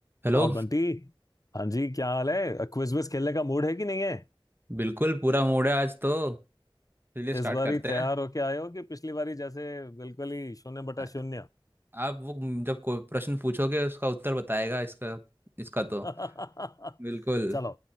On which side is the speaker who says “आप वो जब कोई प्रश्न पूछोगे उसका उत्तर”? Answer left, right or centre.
Right